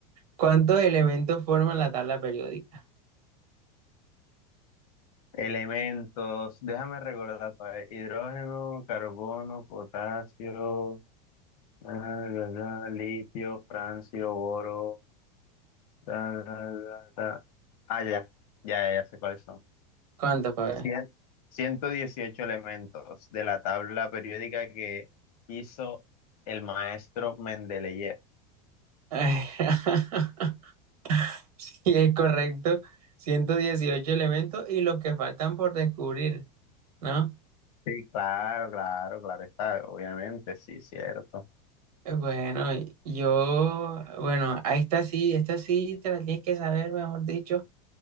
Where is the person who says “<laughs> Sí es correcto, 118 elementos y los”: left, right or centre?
Right